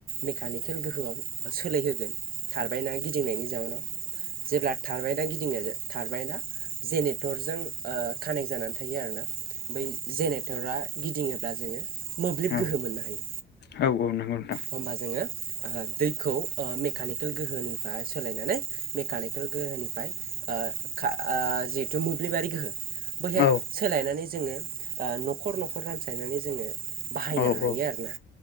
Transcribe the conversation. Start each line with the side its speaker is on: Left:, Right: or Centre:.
Right: मेकानिकेल गोहोआव सोलायहोगोन थारबायना गिदिंनायनि जाउनाव जेब्ला थारबायना गि दिंङो थारबायना जेनेरेटरजों ओ कानेक्ट जानानै थायो आरो ना बै जेनेरेटरा गिदिङोब्ला जोङो मोब्लिब
Left: औ
Right: गोहो मोननो हायो।
Left: औ नंगौ नोंथां
Right: हमबा जोङो दैखौ मेकानिकेल गोहोनिफ्राय सोलायनानै मेकानिकेल गोहोनिफ्राय आ खा जिहेतु मोब्लिबारि गोहो बैहाय
Left: औ
Right: सोलायनानै जोङो ओ न'खर न'खर रानस्लायनानै जोङो बाहायनो
Left: औ
Right: हायो
Left: औ
Right: आरोना